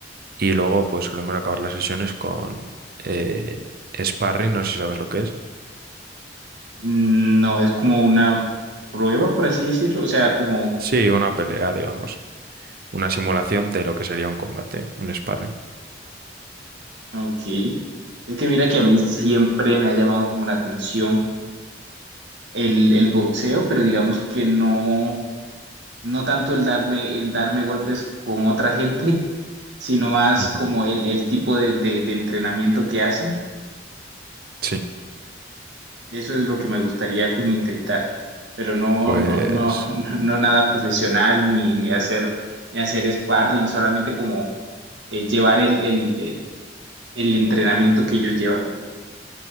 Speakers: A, on the right; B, on the right.
A: Y luego pues solemos acabar las sesiones con eh, sparring, no sé si sabes lo que es.
B: Mm, No, es como una prueba, por así decirlo, o sea, como
A: Sí, una pelea, digamos. Una simulación de lo que sería un combate, un sparring.
B: Ok. Es que mira que a mí siempre me ha llamado como la atención el, el boxeo, pero digamos que no, no tanto el darme, el darme golpes con otra gente, sino más
A: Ujú.
B: como el, el tipo de, de, de entrenamiento que hacen.
A: Sí,
B: Eso es lo que me gustaría como intentar, pero no,
A: pues...
B: no, no, <laughs> no, no nada profesional ni, ni hacer, ni hacer sparring, solamente como eh, llevar el, el, el, el entrenamiento que ellos llevan.